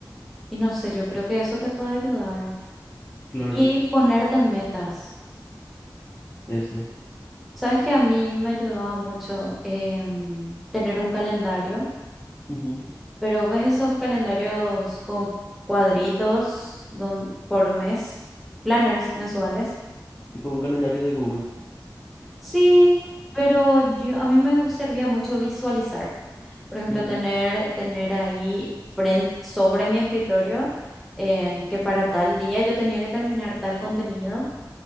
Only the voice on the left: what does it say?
claro,
eso.
ujú,
Tipo un calendario de Google.
ujú,